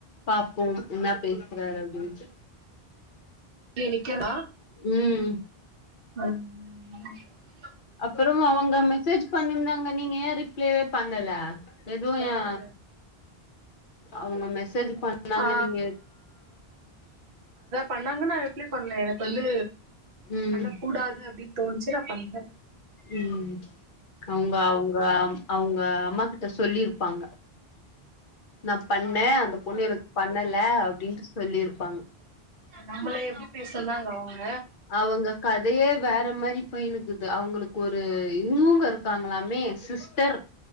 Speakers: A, on the left; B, on the right.
A: பாப்போ இன்னாப் பேசுறாரு அப்டின்ட்டு
B: வேலய நிக்குற
A: ம்
B: ம்
A: அப்புறோ அவுங்க மெசேஜ் பண்ணியிருந்தாங்க நீங்க ஏ ரிப்ளை பண்ணல எதுவோ
B: யாரு
A: ஏ அவுங்க மெசேஜ் பண்ணாங்க
B: ஆ
A: நீங்க
B: பண்ணாங்கன்னா ரிப்ளை பண்ணு எனக்கு வந்து
A: ம்
B: அல்ல கூடாது அப்டின் தோன்ச்சு அப்ப அந்த
A: உம் அவுங்க அவுங்க அவுங்க அம்மா கிட்ட சொ சொல்லியிருப்பாங்க நா பண்ணேன் அந்த பொண்ணு எனக்கு பண்ணல அப்டின்ட்டு சொல்லி இருப்பாங்க
B: நம்மளே எப்டி பேசுந்தாங்க ஏ <unintelligible>
A: அவுங்க கதையே வேற மாதிரி பயனுக்குது அவங்களுக்கு ஒரு இவுங்க இருக்காங்களாமே சிஸ்டர்